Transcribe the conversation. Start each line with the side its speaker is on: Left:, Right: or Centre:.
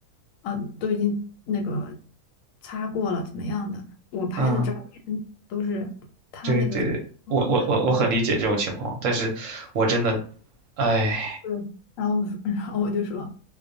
Left: 啊、都已经那个擦过了，怎么样的？我拍的照片都是，
Right: 嗯，
Left: 他就说，
Right: 对对对，我我我我很理解这种情况，
Left: 我说。
Right: 但是我真的，哎，
Left: 对，然后我说 <laughs> 然后我就说，